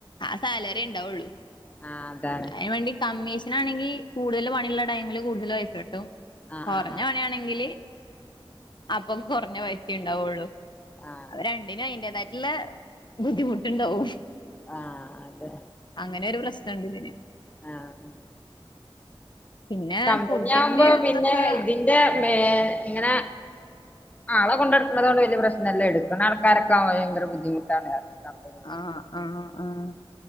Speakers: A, on the left (about 50°); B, on the left (about 15°).
A: ആ സാലറിയേ ഇണ്ടാവുള്ളൂ
B: ആഹ് അതാണ്
A: അയിന് വേണ്ടി കമ്മീഷനാണെങ്കി കൂടുതൽ പണിയുള്ള ടൈമില് കൂടുതൽ പൈസ കിട്ടും
B: ആഹ്
A: കൊറഞ്ഞ
B: ആഹ്
A: പണിയാണെങ്കില് അപ്പം കൊറഞ്ഞ പൈസ ഉണ്ടാവുള്ളു
B: ആഹ് ആഹ്
A: അപ്പ രണ്ടിനും അയിന്റേതായിട്ടുള്ള ബുദ്ധിമുട്ടുണ്ടാവും
B: ആഹ് അതെ
A: അങ്ങനെ ഒരു പ്രശ്നണ്ട് ഇതിന്
B: ആഹ്
A: പിന്നെ
B: കമ്പനി
A: ഫുഡിന്റെ
B: ആവുമ്പോ
A: ഇതൊക്കെ
B: പിന്നെ ഇതിന്റെ മേ ഇങ്ങനെ ആളെ കൊണ്ടടക്കണ കൊണ്ട് വല്യ പ്രശ്നല്ല എടുക്കണ ആൾക്കാരൊക്കെ ആവുമ്പം ഭയങ്കര ബുദ്ധിമുട്ടാണ് പറഞ്ഞ് കമ്പനി
A: ആഹ് ആഹ് ആഹ്